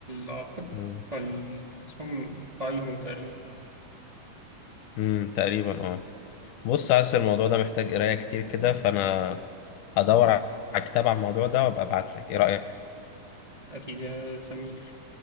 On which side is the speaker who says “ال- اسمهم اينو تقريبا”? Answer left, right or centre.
Right